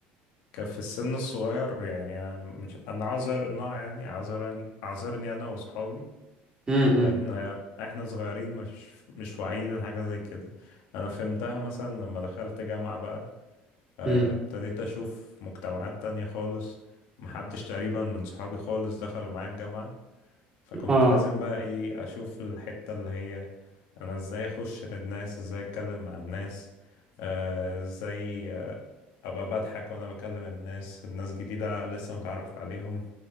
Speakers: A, on the left; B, on the right.
A: كان في السن الصغير يعني أنا مش أنا عذر إنه يعني عذرا عذرني أنا وأصحابي
B: امم
A: لأن إحنا صغيرين مش مش واعيين لحاجة زي كده أنا فهمتها مثلا لما دخلت جامعة بقى آه،
B: امم
A: ابتديت أشوف مجتمعات تانية خالص محدش تقريبا من صحابي خالص دخلوا معايا الجامعة فكنت
B: اه
A: لازم بقى ايه اشوف الحتة اللي هي انا ازاي اخش للناس ازاي اتكلم مع الناس آه، ازاي آه، ابقى بضحك وانا بكلم الناس الناس جديدة لسه متعرف عليهم